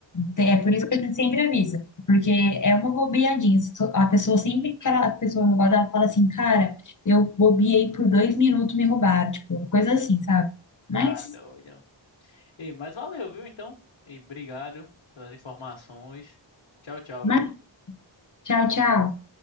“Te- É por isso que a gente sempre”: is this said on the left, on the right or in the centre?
Left